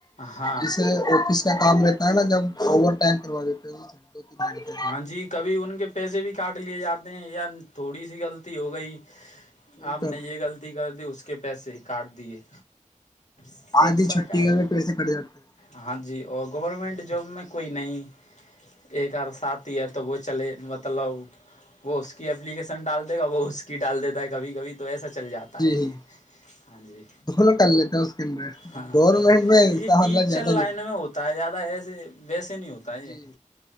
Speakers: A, on the left; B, on the left.
A: ہاں
B: جیسے آفس کا کام رہ نا جب اوور ٹائم کروا دیتے تین گھنٹے
A: ہاں جی کبھی ان کے پیسے بھی کاٹ لیے جاتے ہیں یا تھوڑی سی غلطی ہو گئی
B: وہی
A: آپ
B: تو
A: نے یہ غلطی کر دی اس اس کے پیسے کاٹ دیے سب
B: آدھی
A: سرکاری
B: چھٹی گ میں پیسے کٹ جاتے تھے
A: ہاں جی اور گورمنٹ جاب میں کوئی نہیں ایک اور ات ہی ہے تو وہ چلے مطلب وہ اس کی اپلیکیشن ڈال دے گا وہ اس کی ڈال دیتا ہے کبھی کبھی تو ایسا چل جاتا
B: جی
A: ہے ہاں جی
B: دونوں کر لیتا ہے اس کے اندر
A: ہاں
B: گورنمنٹ میں
A: یہ
B: اس کا
A: ٹیچر
B: حلہ زیادہ
A: لائن
B: نہیں
A: میں ہوتا ہے زیادہ ایسے بس سے نہیں ہوتا یہ
B: جی